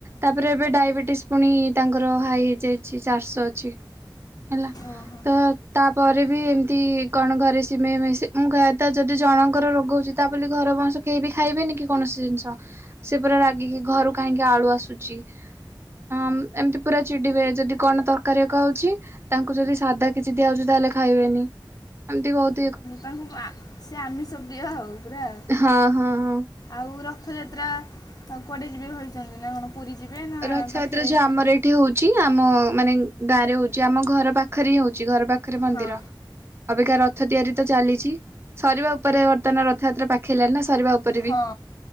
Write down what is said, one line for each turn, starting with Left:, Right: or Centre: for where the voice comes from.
Right: ତାପରେ ଏବେ ଡାଇବେଟିସ୍ ପୁଣି ତାଙ୍କର ହାଇ ହେଇଯାଇଛି ଚାରିଶହ ଅଛି ହେଲା।
Left: ଓହୋ
Right: ତ ତାପରେ ବି ଏମିତି କଣ ଘରେ ସିମେଇମେସି ମୁଁ କହିବା ତ ଯଦି ଜଣଙ୍କର ରୋଗ ହଉଛି ତା ବୋଲି ଘର ବଂଶ କେହି ବି ଖାଇବେନି କି କୌଣସି ଜିନିଷ। ସେ ପୂରା ରାଗିକି ଘରୁ କାହିଁକି ଆଳୁ ଆସୁଛି। ହଁ ଏମିତି ପୁରା ଚିଡ଼ିବେ ଯଦି କଣ ତରକାରୀ ଖାଉଛି। ତାଙ୍କୁ ଯଦି ସାଧା କିଛି ଦିଆଯାଉଛି ତାହେଲେ ଖାଇବେନି। ଏମତି ବୋହୁତ୍
Left: ତାଙ୍କୁ ସେ ଆମିଷ ଦିଅ ଆଉ। ପୁରା ଆଉ।
Right: ହଁ ହଁ ହଁ।
Left: ଆଉ ରଥଯାତ୍ରା ଆଉ କୁଆଡ଼େ ଯିବେ ଭାବିଛନ୍ତି? ନା କଣ ପୁରୀ ଯିବେ ନା
Right: ରଥଯାତ୍ରା
Left: ପାଖରେ?
Right: ଯୋଉ ଆମର ଏଠି ହଉଛି ଆମ ମାନେ ଗାଁ ରେ ହଉଛି ଆମ ଘର ପାଖରେ ହଉଛି ଘର ପାଖ ପାଖରେ ମନ୍ଦିର।
Left: ହଁ
Right: ଅବେକାା ରଥ ତିଆରି ତ ଚାଲିଛି। ସରିବା ଉପରେ ବର୍ତ୍ତମାନ ରଥଯାତ୍ରା ପାଖ ଖେିଲଣି ନା ସରିବା ଉପରେ
Left: ହଁ
Right: ବି?